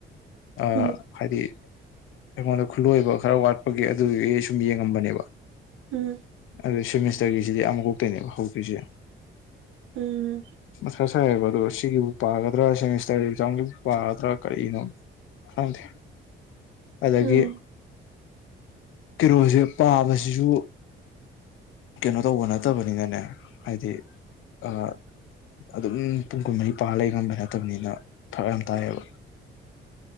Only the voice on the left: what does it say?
ꯑ
ꯍꯥꯏꯗꯤ ꯑꯩꯉꯣꯟꯗ ꯈꯨꯠꯂꯣꯏꯕ ꯈꯔ ꯋꯥꯠꯄꯒꯤ ꯑꯗꯨꯗꯨꯒꯤ ꯑꯩ ꯁꯨꯝ ꯌꯦꯡꯉꯝꯕꯅꯦꯕ
ꯑꯗꯨꯗ ꯁꯦꯃꯤꯁꯇꯔꯒꯤꯁꯤꯗꯤ ꯑ ꯃꯀꯣꯛꯇꯣꯏꯅꯦꯕ ꯍꯧꯗꯣꯏꯁꯦ
ꯃꯊꯥ ꯁꯥꯏꯌꯦꯕ ꯑꯗꯣ ꯁꯤꯒꯤꯕꯨ ꯄꯥꯒꯗ꯭ꯔꯥ ꯁꯦꯃꯤꯁꯇꯔ ꯑꯦꯛꯖꯥꯝꯒꯤꯕꯨ ꯄꯥꯒꯗ꯭ꯔꯥ ꯀꯔꯤꯅꯣ ꯈꯪꯗꯦ ꯑꯗꯒꯤ
ꯀꯩꯅꯣꯁꯦ ꯄꯥꯕꯁꯤꯁꯨ ꯀꯩꯅꯣ ꯇꯧꯕ ꯅꯠꯇꯕꯅꯤꯅꯅꯦ ꯍꯥꯏꯗꯤ ꯑ ꯑꯗꯨꯝ ꯄꯨꯡ ꯀꯨꯟꯃꯔꯤ ꯄꯥ ꯂꯩ ꯉꯝꯕ ꯅꯠꯇꯕꯅꯤꯅ ꯐꯔꯛ ꯌꯥꯝ ꯇꯥꯏꯌꯦꯕ <inaudible>